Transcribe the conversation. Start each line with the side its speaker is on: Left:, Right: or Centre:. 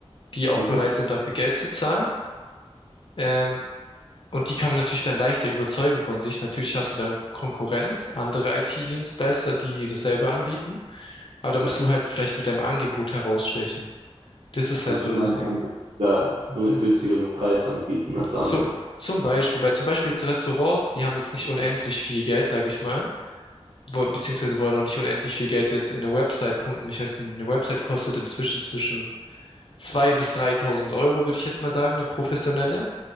Left: die auch
Right: Mhm.
Left: bereit sind, dafür Geld zu zahlen. Ähm, Und die kann man natürlich dann leichter überzeugen von sich. Natürlich hast du dann Konkurrenz, andere IT-Dienstleister, die dasselbe anbieten. Aber da
Right: Ja.
Left: musst du halt vielleicht mit deinem Angebot herausstechen. Das ist
Right: Also,
Left: halt so
Right: du
Left: das
Right: meinst,
Left: Ding.
Right: man könnte da günstigeren Preis anbieten als andere.
Left: Zum, zum Beispiel, weil zum Beispiel jetzt Restaurants, die haben jetzt nicht unendlich viel Geld, sage ich mal, wo, beziehungsweise wollen auch nicht unendlich viel Geld jetzt in eine Website pumpen. Ich weiß, nicht, eine Website kostet inzwischen zwischen 2.000 bis 3.000 Euro, würde ich jetzt mal sagen, eine professionelle.